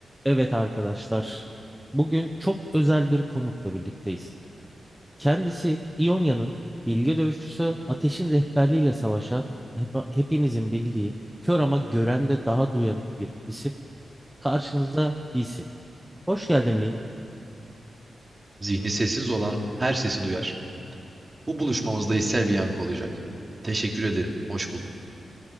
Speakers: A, in the centre; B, on the right.
A: Evet arkadaşlar, bugün çok özel bir konukla birlikteyiz. Kendisi İonya'nın bilge dövüşçüsü Ateş'in rehberliğiyle savaşan hep- hepinizin bildiği kör ama gören de daha duyanık bir isim. Karşınızda bir isim. Hoş geldin Lee.
B: Zihni sessiz olan her sesi duyar. Bu buluşmamızda hissel bir yankı olacak. Teşekkür ederim. Hoş buldum.